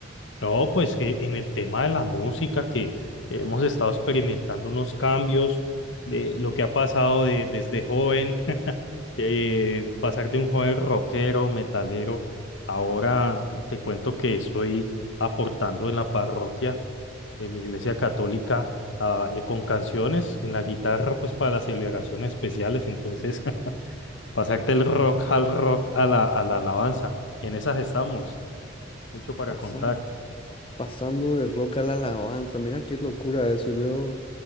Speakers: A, on the left; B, on the left.
A: No, pues que en el tema de la música, que hemos estado experimentando unos cambios de lo que ha pasado de- desde joven, <laughs> eh, pasar de un joven rockero, metalero, ahora te cuento que estoy aportando en la parroquia, en mi iglesia católica, ah, eh, con canciones en la guitarra, pues para las celebraciones especiales, entonces... pasar del rock al rock a la, a la alabanza. En esas estamos, mucho para
B: Pasa.
A: contar.
B: Pasando del rock a la alabanza, mira qué locura eso. Yo